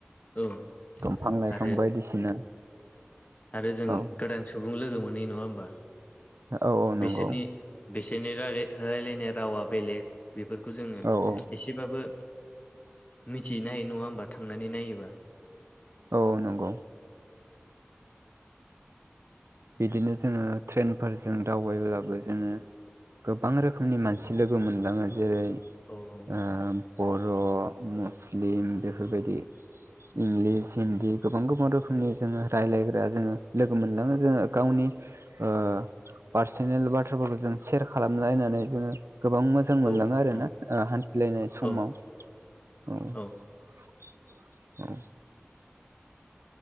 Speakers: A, on the left; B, on the right.
A: औ।
B: बिफां लाइफां
A: आरो
B: बायदिसिना
A: आरो जों
B: औ
A: गोदान सुबुं लोगो मोनहैयो नङा होमबा
B: औ औ नंगौ
A: बेसोरनि बिसोरनि राय रायलायनाय रावा बेलेग बेफोरखौ जोङो एसे
B: औ औ
A: एसेबाबो मिथिहैनो हायो नङा होमबा थांनानै नायोबा।
B: औ नंगौ। बिदिनो जोङो ट्रेनफोरजों दावबायब्लाबो जोङो गोबां रोखोमनि मानसि लोगो मोनलाङो जेरै
A: औ औ।
B: ओ बर' मुस्लिम बेफोरबायदि। इंलिस हिन्दि गोबां गोबां रोखोमनि जोङो रायलायग्रा जोङो लोगो मोनलाङो जोङो। गावनि ओ पार्सनेल बाथ्राफोरखौ जों सेयार खालामलायनानै जोङो गोबां मोजां जां मोनलाङो
A: औ
B: आरोना
A: औ
B: ओ हान्थिलायनाय समाव
A: औ
B: औ। औ।
A: औ